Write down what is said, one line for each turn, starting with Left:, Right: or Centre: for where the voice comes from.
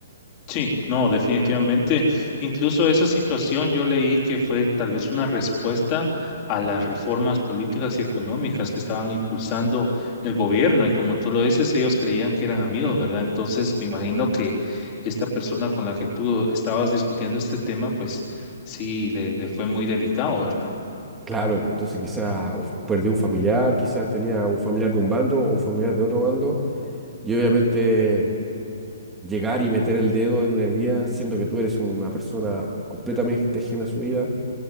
Left: Sí, no, definitivamente. Incluso esa situación yo leí que fue tal vez una respuesta a las reformas políticas y económicas que estaban impulsando el gobierno y como tú lo dices, ellos creían que eran amigos, ¿verdad? Entonces me imagino que esta persona con la que tú estabas discutiendo este tema, pues sí, le, le fue muy delicado, ¿verdad?
Centre: Claro, pues, entonces quizás perdió un familiar, quizás tenía un familiar de un bando o un familiar de otro bando, y obviamente llegar y meter el dedo en una herida, siendo que tú eres una persona completamente ajena a su vida,